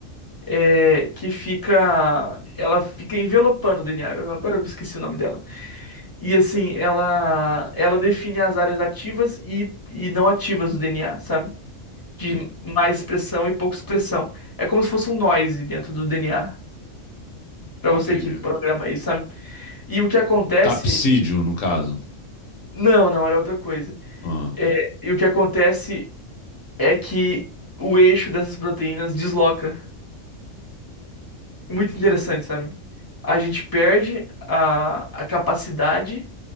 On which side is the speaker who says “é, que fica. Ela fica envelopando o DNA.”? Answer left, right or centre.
Left